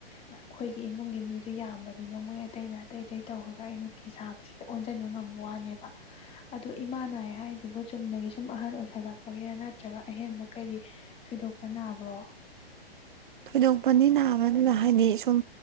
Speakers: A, on the left; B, on the right.
A: ꯑꯩꯈꯣꯏꯒꯤ ꯏꯃꯨꯡꯒꯤ ꯃꯤꯗꯣ ꯌꯥꯝꯕꯅꯤꯅ ꯃꯣꯏ ꯑꯇꯩꯅ ꯑꯇꯩ ꯑꯇꯩ ꯇꯧꯈꯔꯒ ꯑꯩꯅ ꯐꯤ ꯁꯥꯕꯁꯤꯗ ꯑꯣꯟꯁꯤꯟꯕ ꯉꯝꯕ ꯋꯥꯅꯦꯕ ꯑꯗꯨ ꯏꯃꯥ ꯅꯥꯏ ꯍꯥꯏꯗꯨꯕꯨ ꯆꯨꯝꯅꯒꯤ ꯁꯨꯝ ꯑꯍꯟ ꯑꯣꯏꯁꯜꯂꯛ ꯒꯥꯔꯥ ꯅꯠꯇ꯭ꯔꯒ ꯑꯍꯦꯟꯕ ꯀꯔꯤ ꯊꯣꯏꯗꯣꯛꯄ ꯅꯥꯕ꯭ꯔꯣ
B: ꯊꯣꯏꯗꯣꯛꯄꯗꯤ ꯅꯥꯕꯗꯤ ꯍꯥꯏꯗꯤ ꯁꯨꯝ